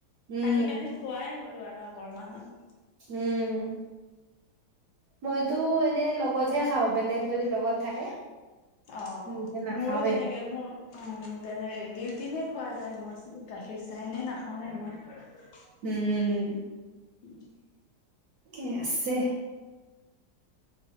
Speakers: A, on the right; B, on the left.
A: উম
B: আজিকালি খোৱাই হ'লো আৰু আগৰ মানত।
A: উম। মইতো এনেই লগতহে খাওঁ বেলেগ যদি লগত থাকে।
B: অ
A: নিজে নাখাওৱে
B: মোৰো তেনেকে মোৰ উম বেলেগ দি তিতহে খোৱা যায় মোৰ, গাখীৰ চাহ এনেই নাখাওঁৱে মই।
A: উম।
B: উম
A: কি আছে
B: <unintelligible>